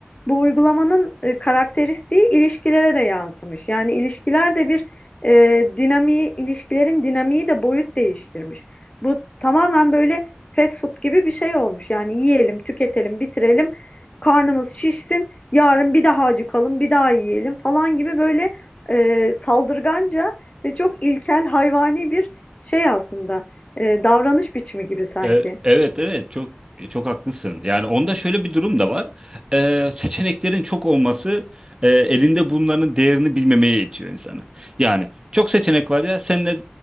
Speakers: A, on the left; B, on the right.
A: bu uygulamanın e, karakteristiği ilişkilere de yansımış. Yani ilişkiler de bir e, dinamiği, ilişkilerin dinamiği de boyut değiştirmiş. Bu tamamen böyle fast food gibi bir şey olmuş. Yani yiyelim, tüketelim, bitirelim, karnımız şişsin, yarın bir daha acıkalım, bir daha yiyelim falan gibi böyle e, saldırganca ve çok ilkel hayvani bir şey aslında. E, davranış biçimi gibi sanki.
B: E, Evet evet çok e, çok haklısın. Yani onda şöyle bir durum da var. E, seçeneklerin çok olması e, elinde bunların değerini bilmemeye itiyor insanı. Yani çok seçenek var ya senle